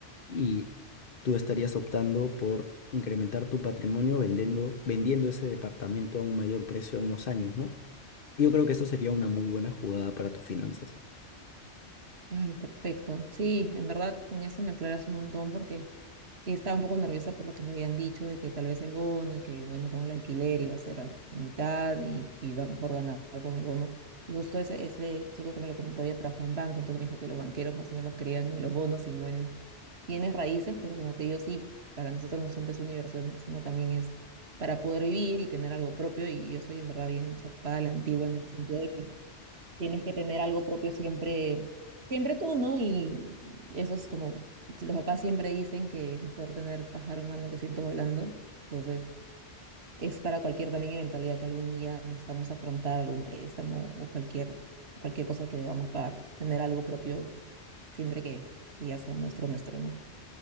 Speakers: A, on the left; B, on the right.
A: Y tú estarías optando por incrementar tu patrimonio vendiendo, vendiendo ese departamento a un mayor precio a unos años, ¿no? Y Yo creo que eso sería una muy buena jugada para tus finanzas.
B: Ay, perfecto. Sí, en verdad, con eso me aclaras un montón porque sí estaba un poco nerviosa por lo que me habían dicho de que tal vez el bono y que, bueno, con el alquiler iba a ser a mitad y iba mejor ganar con el bono. Y justo ese, ese chico que me lo comentó había trabajado en banco, entonces me dijo que los banqueros más o menos creían en los bonos y no en bienes raíces, pero como te digo, sí, para nosotros no son de su diversión, sino también es para poder vivir y tener algo propio. Y yo soy en verdad bien chapada a la antigua en ese sentido de que tienes que tener algo propio siempre, siempre tú, ¿no? Y eso es como, si los papás siempre dicen que mejor tener pájaro en mano que ciento volando, entonces es para cualquier también eventualidad que algún día necesitamos afrontar algún préstamo o cualquier, cualquier cosa que debamos pagar, tener algo propio siempre que, que ya sea nuestro, nuestro, ¿no?